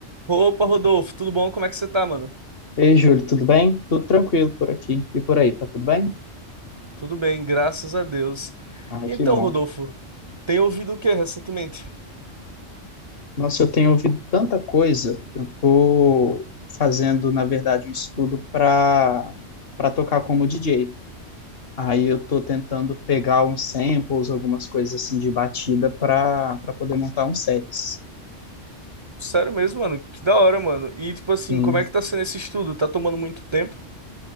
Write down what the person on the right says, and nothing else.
Opa, Rodolfo, tudo bom? Como é que você tá, mano?
Tudo bem, graças a Deus.
E
Então,
Rodolfo, tem ouvido o que recentemente?
Sério mesmo, mano? Que da hora, mano. E tipo assim,
como é que tá sendo esse estudo? Tá tomando muito tempo?